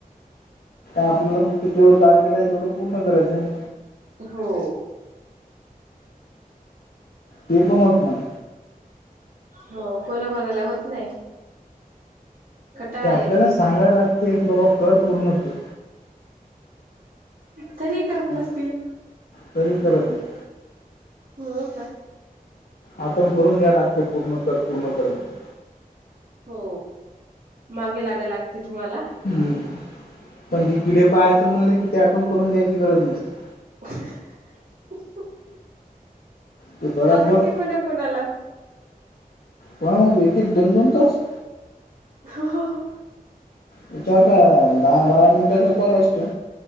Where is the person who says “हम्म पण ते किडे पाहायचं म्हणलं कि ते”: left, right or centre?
Left